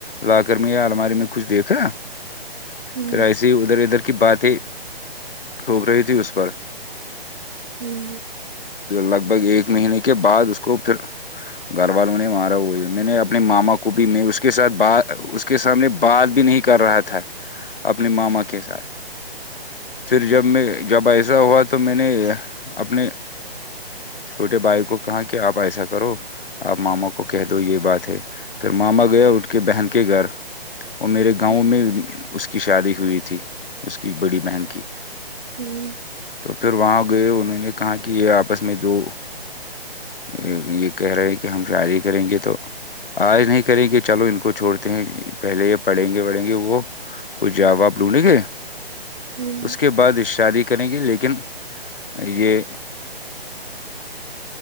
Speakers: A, on the left; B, on the right.
A: لا کر میں یا الماری میں کچھ دیکھا
B: ہوں
A: پھر ایسیے ہی ادھر ادھر کی باتیں ٹھوک رہی تھی اس پر
B: ہوں
A: لگ بھگ ایک مہینے کے بعد اس کو پھر گھر والوںہ نے مارا وہا ہے میں نے اپنے ماما کو بھی میں اس کے ساتھ ب کے سامنے بات بھی نہیں کر رہا تھا اپنے ماما کے ساتھ پھر
B: ہوں
A: جب میں جب ایسا ہوا تو میں نے اپنے چھوٹے بھائی کو کہاں کیا آپ ایسا کرو آپ ماما کو کہہ دو یہ بات ہے پھر ماما گئے ان کے بہن کے گھر اور میرے گاؤں
B: ہوں
A: میں اس کی شادی ہوئی تھی اس کی بڑی بہن کی
B: ہوں
A: تو پھر وہاں گئے انہوں نے کہا کہ یہ آپس میں دو یہ یہ کہہ رہے ہیں کہ ہم شادی کریں گے تو آج نہیں کریں کہ چلو ان کو چھوڑتے ہیں پہلے یہ پڑھیں گے پڑھیں گے وہ کوئی جااب آابلونے گ
B: ہوں
A: اس کے بعد شادی کریں گے لیکن یہ